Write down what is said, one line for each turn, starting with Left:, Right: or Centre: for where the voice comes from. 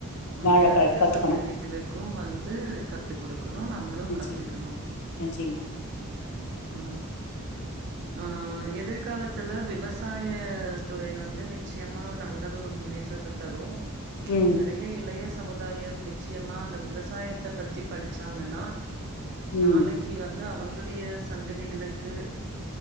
Right: நம்முடைய
Left: வாழ
Right: அடுத்த
Left: கத்துக்கணும்.
Right: சந்ததிகளு க்கு வந்து கத்து குடு க்கனு நம்மளு
Left: நிச்சயமா,
Right: கத்துக்கனு
Left: நிச்சயமா.
Right: ஆ ஆ எதிர்காலத்துல விவசாயத் துறை வந்து நிச்சயமா நல்ல ஒரு முன்னேற்றத்த தரு
Left: ம்,
Right: நெறைய இளைய சமுதாயம் நிச்சயமா அந்த விவசாயத்த பத்தி படிச்சாங்கன்னா
Left: ம்.
Right: நாளைக்கு வந் து அவங்களுடைய சந்ததிகளுக்கு